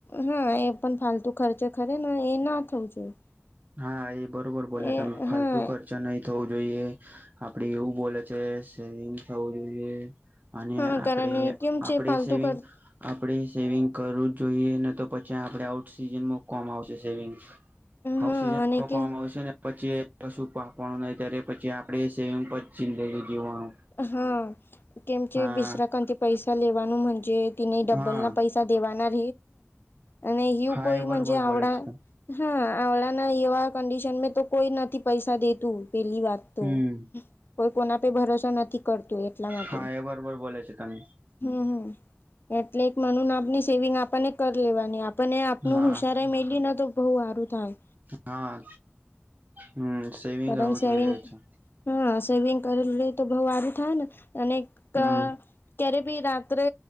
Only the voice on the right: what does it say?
હા, એ બરોબર બોલે
તમે, ફાલતુ
ખર્ચ. નહી થવું જોઈએ આપડી એવું, બોલે છે સેિંગ થવું જોઈએ. અને
આપણે
આપણે
સેવિંગ
આપણે સેવિંગ કરવું જ જોઈએ ને, તો પછી આપડે આઉટ સિઝનમાં કોમ આવશે સેવિંગસ હક્સિજનકવામાં
આવશે ને. પછી કશું પાપવાનું ન ત્યારે પછી આપણેે સેવિંગ પર જિંદગી જીવવાનું.
હા
હા
હા
એ બરોબર
બોલે છે તમે
હમ
હા એ બરોબર બોલે છે તમે
હા
હા, હમ સેવિંગ
રહેવું
જોઈએ.
હમ